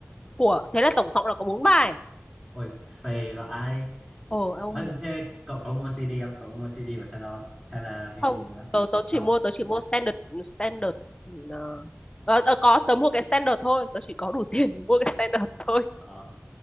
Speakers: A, on the left; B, on the right.
A: của thế là tổng cộng là có bốn bài
B: Ôi, phê vãi.
A: ồ em
B: Ơ,
A: ơi
B: thế cậu có mua CD không? Cậu có mua CD của Taylor hay là vinyl
A: không
B: gì đó?
A: tớ tớ
B: Không.
A: chỉ mua tớ chỉ mua standard standard ờ, ờ, ờ, có tớ mua cái standard thôi tớ chỉ có đủ <laughs> tiền để mua cái standard thôi
B: Ờ,